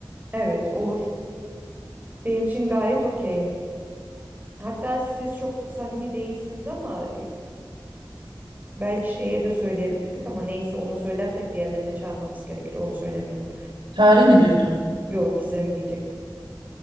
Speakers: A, on the right; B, on the right.
A: Evet olur. Benim için gayet okey. Hatta siz çok samimi değilsiniz ama Belki şeye de söyleyebilirdik ama neyse ona söylersek diğerlerini de çağırmamız gerekir. Onu söylemeyelim.
B: Çağrı'yı mı diyordun?
A: Yo Gizem'i diyecektim.